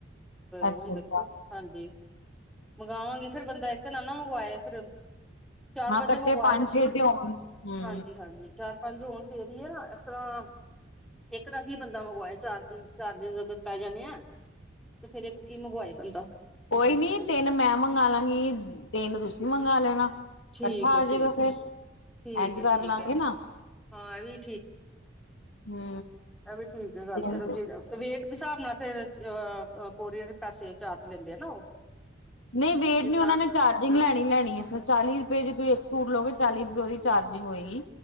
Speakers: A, on the left (about 80°); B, in the centre.
A: ਅੱਛਾ-ਅੱਛਾ
B: ਹੁਣ ਦੇਖੋਂ ਹਾਂਜੀ ਮੰਗਾਵਾਂਗੀ, ਫ਼ਿਰ ਬੰਦਾਂ ਇੱਕ ਨਾ-ਨਾ ਮੰਗਵਾਏ ਫ਼ਿਰ ਚਾਰ
A: ਹਾਂ
B: ਪੰਜ
A: ਕੱਠੇ
B: ਮੰਗਵਾਏ
A: ਪੰਜ-ਛੇ
B: ਤੇ ਸਈ,
A: ਹੋਣ ਹੂੰ
B: ਹਾਂਜੀ-ਹਾਂਜੀ ਚਾਰ ਪੰਜ ਹੋਣ ਫਿਰ ਹੀ ਆ ਨਾ, ਇਸ ਤਰ੍ਹਾਂ ਇੱਕ ਦਾ ਕੀ ਬੰਦਾ ਮੰਗਵਾਏ, ਚਾਰ ਚਾਰਜਿੰਗ ਜ਼ਿਆਦਾ ਪੈ ਜਾਣੇ ਆ। ਤੇ ਫੇਰ ਇੱਕ ਹੀ ਮੰਗਵਾਏ ਬੰਦਾ।
A: ਕੋਈ ਨੀਂ ਤਿੰਨ ਮੈਂ ਮੰਗਾ ਲਾਂਗੀ, ਤਿੰਨ ਤੁਸੀਂ ਮੰਗਾਂ ਲੈਣਾ।
B: ਠੀਕ
A: ਇਕੱਠਾ
B: ਹੈ
A: ਆਜੇਗਾ
B: ਠੀਕ
A: ਫ਼ਿਰ,
B: ਹੈ ਠੀਕ
A: ਇੰਝ
B: ਹੈ
A: ਕਰ
B: ਠੀਕ
A: ਲਾਂਗੇ
B: ਹੈ
A: ਨਾ।
B: ਹਾਂ ਇਹ ਵੀ
A: ਹੂੰ,
B: ਐ ਵੀ ਠੀਕ ਐ ਗੱਲ਼
A: ਤਿੰਨ
B: ਸਰਬਜੀਤ। ਵੇਟ ਦੇ ਹਿਸਾਬ ਨਾਲ਼, ਫ਼ਿਰ ਚ ਕੋਰੀਅਰ ਪੈਸੇ ਚਾਰਜ ਲੈਂਦੇਂ ਆ ਨਾ ਉਹ।
A: ਨਹੀਂ ਵੇਟ
B: ਜਿੰਨਾ
A: ਨੀ ਉਹਨਾਂ ਨੇ ਚਾਰਜਿੰਗ ਲੈਣੀ- ਲੈਣੀ ਐ, ਸਰ ਚਾਲ਼ੀ ਰੁਪਏ ਜੇ ਤੁਸੀਂ ਇੱਕ ਸ਼ੂਟ ਲਓਗੇ, ਚਾਲ਼ੀ ਰੁਪਏ ਉਹਦੀ ਚਾਰਜਿੰਗ ਹੋਏਗੀ।